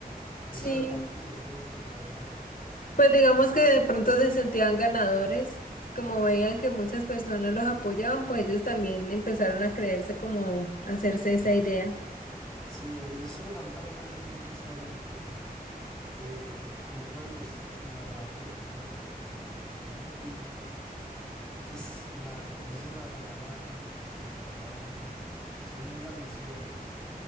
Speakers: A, in the centre; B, on the left.
A: Ese
B: sí
A: era el partido, no podían esperar más.
B: Pues digamos que de pronto se sentían ganadores, como veían que muchas personas los apoyaban, pues ellos también empezaron a creerse como hacerse
A: Ujú.
B: esa idea.
A: Sí, eh, y eso es lo que a mí también a veces no me gusta, como que de, por ejemplo, de los narradores de fútbol de acá de Colombia, que son muy, pues, la, como dice la palabra, pues en el bajo mundo, son muy lamezuelas.